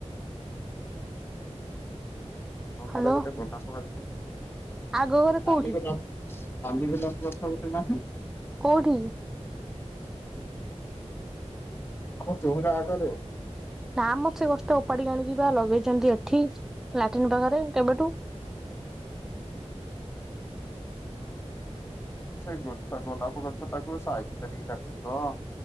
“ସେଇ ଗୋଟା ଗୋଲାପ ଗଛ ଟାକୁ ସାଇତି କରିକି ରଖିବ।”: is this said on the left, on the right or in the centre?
Left